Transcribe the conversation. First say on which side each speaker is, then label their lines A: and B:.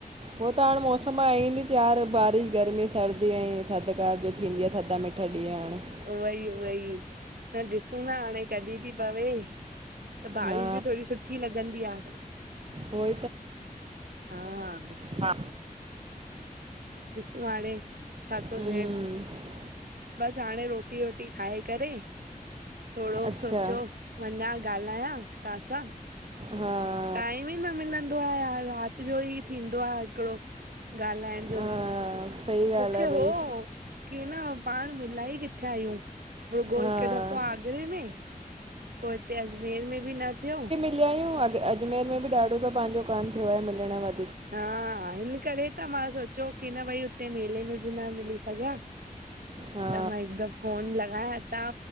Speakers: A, on the right; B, on the right.
A: हो त हाण मौसम आहे नी चार बारिश गर्मी सर्दी ऐं थधकार जो थींदी आहे। थदा मिठा ॾीय हाड़।
B: उहई उहई त ॾिसूं ना हाणे कॾी ती पवे? त बारिश
A: हा
B: बि थोड़ी सुठी लॻंदी आ
A: उहो
B: हा।
A: हा
B: ॾिसूं हाणे छा थो
A: हम्म
B: थे। बस हाणे रोटी वोटी खाई करें। थोड़ो
A: अच्छा
B: सोचयो वञा ॻाल्हायां तव्हांसां।
A: हा
B: टाइम ई न मिलंदो आ, राति जो ही थींदो आ हिकिड़ो ॻाल्हायणि हो,
A: हा सही
B: मुंखे
A: ॻाल्हि आहे भई
B: हो के न पाण मिलाई किथे आहियूं, रूॻो हिकु
A: हा
B: दफ़ो आगरे में पो हिते अजमेर में बि ना थियो।
A: थी आहियूं अ अजमेर में बि ॾाढो त पांजो काने थियो आहे मिलण वार
B: हा हिन करे। त मां सोचियो की न भाई, हुते मेले में बि न मिली सघियां,
A: हा
B: त मां हिकु द फ़ोन लॻाया त